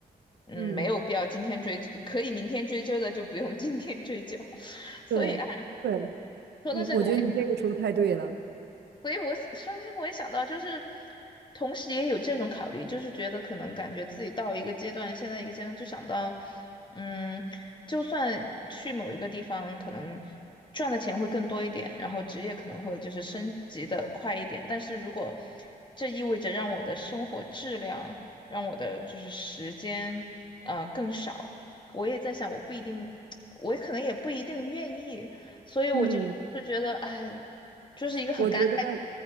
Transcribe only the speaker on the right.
嗯，
对，
对，
嗯，我觉得你这个说的太对了。
嗯。
我觉得